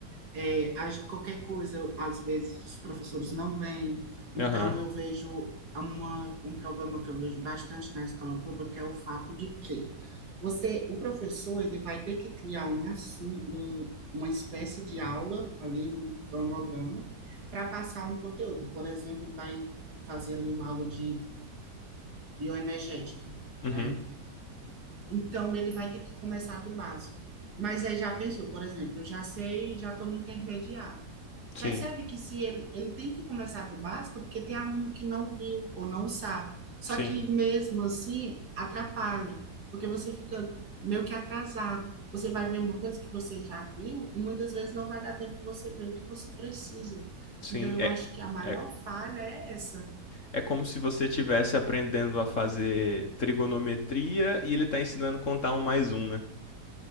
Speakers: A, on the right; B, on the left.
A: é, as- qualquer coisa, às vezes os professores não vêm. Então
B: Aham,
A: eu vejo uma, um problema que eu vejo bastante na escola pública é o fato de que você, o professor, ele vai ter que criar uma assu- um, uma espécie de aula, ali um cronograma, para passar um conteúdo. Por exemplo, ele vai fazer ali uma aula de bioenergética,
B: uhum,
A: né? Então, ele vai ter que começar do básico. Mas aí já pensou, por exemplo, eu já sei, já estou no intermediário.
B: sim,
A: Percebe que se ele, ele tem que começar do básico, porque tem aluno que não viu ou não sabe. Só
B: sim,
A: que mesmo assim, atrapalha, porque você fica meio que atrasado. Você vai ver uma coisa que você já viu e muitas vezes não vai dar tempo de você ver o que você precisa.
B: sim.
A: Então, eu
B: É,
A: acho que a maior
B: é,
A: falha é essa.
B: é como se você estivesse aprendendo a fazer trigonometria e ele tá ensinando a contar um mais um, né?